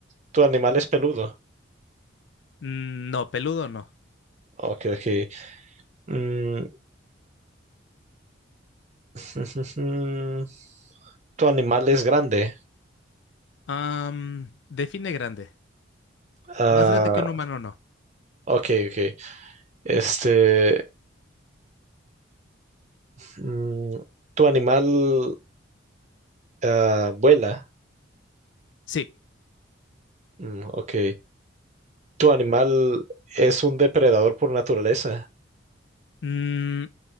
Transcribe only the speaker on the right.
Tu animal es peludo.
Ok, ok. Mm, <laughs> tu animal es grande.
Ah,
ok, ok. Este... Mm, ¿Tu animal ah, vuela?
Mm, ok. ¿Tu animal es un depredador por naturaleza?